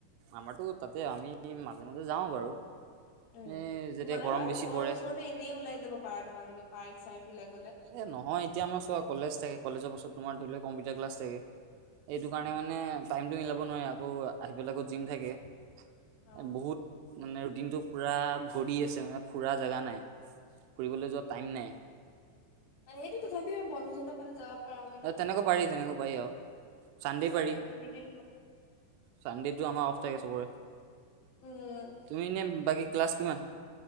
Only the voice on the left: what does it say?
উম,
তোমালোকৰ
আৰু
ঘৰৰ
ওচৰতে এনেই ওলাই যাব পাৰা তোমালোকে পাৰ্ক-চাৰ্ক বিলাক।
উম
অ
আজিকালি তথাপিও আৰু বন্ধ-সন্ধ পালে যা পৰা <unintelligible> অ',
এদিন- দুদিন হব
উম